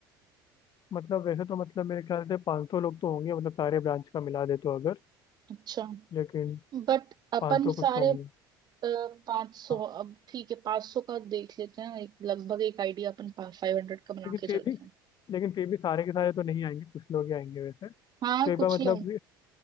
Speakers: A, on the left (about 35°); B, on the right (about 35°).
A: मतलब वैसे तो मतलब मेरे ख्याल से 500 लोग तो होंगे मतलब सारे ब्रांच का मिला दे तो अगर
B: अच्छा
A: लेकिन
B: बट अपन
A: 500 कुछ
B: सारे
A: तो होंगे
B: पाँच सौ
A: हाँ।
B: अब ठीक है पाँच सौ का देख लेते हैं एक लगभग एक आइडिया अपन फाइव हंड्रेड का बना
A: लेकिन
B: के
A: फिर
B: चलते
A: भी
B: हैं
A: लेकिन फिर भी सारे के सारे तो नहीं आएंगे कुछ लोग ही आएंगे वैसे
B: हाँ
A: तो एक
B: कुछ
A: बार मतलब
B: ही है